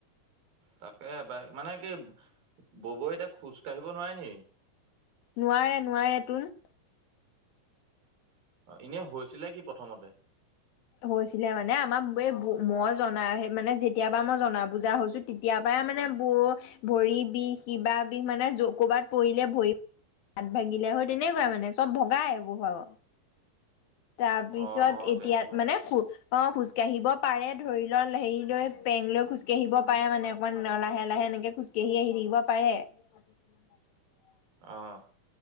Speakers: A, on the right; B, on the left.
A: তাকে বা মানে কি ববই এতিয়া খোজ কাঢ়িব নোৱাৰে নি?
B: নোৱাৰে নোৱাৰে তোন।
A: অ' ইনেই হৈছিলে কি প্ৰথমতে?
B: হৈছিলে মানে আমাৰ এই ব, মই জনা মানে যেতিয়াৰ পৰা মই জনা বুজা হৈছো। তেতিয়াৰ পৰাই মানে বৌ ভৰি বিষ, কিবা বিষ মানে ক'বাত পৰিলে ভৰি হাত ভাগিলে হয়, তেনেকুৱাই মানে চব ভগাই বৌ ভাগ। তাৰপিছত
A: অ অ
B: এতিয়া
A: তেনেকুৱা
B: মানে <unintelligible> অ' খোজকাঢ়িব পাৰে ধৰি ল'। হেৰি লৈ পেং লৈ খোজকাঢ়িব পাৰে মানে অকণমান লাহে লাহে এনেকে খোজ কেহী আহি থাকিব পাৰে। <inaudible>
A: অ'